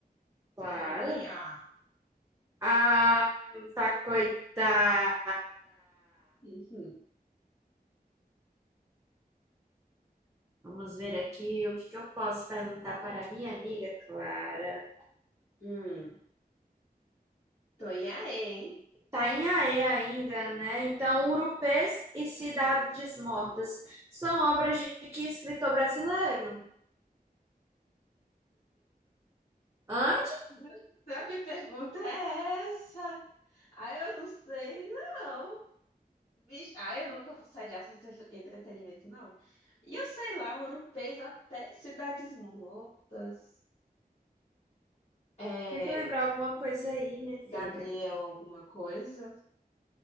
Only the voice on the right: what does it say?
claro.
Ah, tá coitada!
Vamos ver aqui o que que eu posso perguntar para minha amiga Clara.
Tá em AE ainda, né? Então, Urupês e Cidades Mortas são obras de que escritor brasileiro? Hã?
Tenta lembrar alguma coisa aí, minha filha.